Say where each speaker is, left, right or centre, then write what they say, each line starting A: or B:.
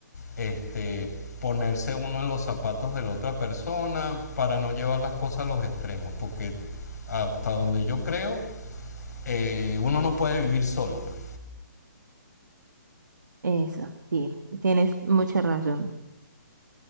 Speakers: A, on the left (about 65°); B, on the right (about 85°).
A: este, ponerse uno en los zapatos de la otra persona para no llevar las cosas a los extremos, porque hasta donde yo creo, eh, uno no puede vivir solo. pues.
B: eso, sí, tienes mucha razón.